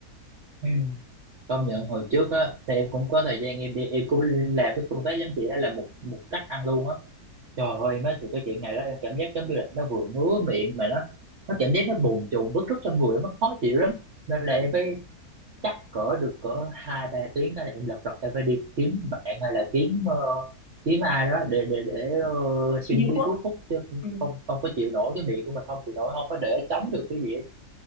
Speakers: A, on the right; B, on the left.
A: ừ. công nhận hồi trước á thì em cũng có thời gian em đi em cũng làm cái phương pháp giống chị đó là một một cách ăn luôn á Trời ơi em nói thì cái chuyện này đó em cảm giác giống như là nó vừa ngứa miệng mà nó nó cảm giác nó bồn chồn bứt rứt trong người nó khó chịu lắm nên là em phải chắc cỡ được cỡ hai ba tiếng cái là em lật đật em phải đi kiếm bạn hay là kiếm ờ, kiếm ai đó để để để ờ, xin
B: như
A: đi
B: thuốc
A: thuốc hút chứ
B: ừ.
A: không không có chịu nổi cái miệng của mình không chịu nổi không có để chống được cái gì hết.